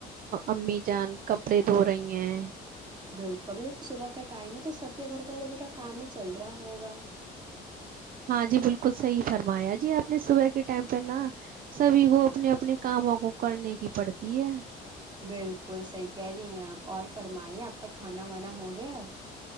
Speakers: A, on the right; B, on the right.
A: امی جان کپڑے دھو رہی ہیں
B: بالکل ابھی صبح کا ٹائم ہے تو سب کے گھر پر ابھی تک کام ہی چل رہا ہوگا
A: ہاں جی بالکل صحیح فرمایا جی آپ نے صبح کے ٹائم پہ نا سبھی کو اپنے اپنے کاموں کو کرنے کی پڑتی ہے
B: بالکل صحیح کہہ رہی ہیں آپ اور فرمائی آپ کا کھانا وانا ہو گیا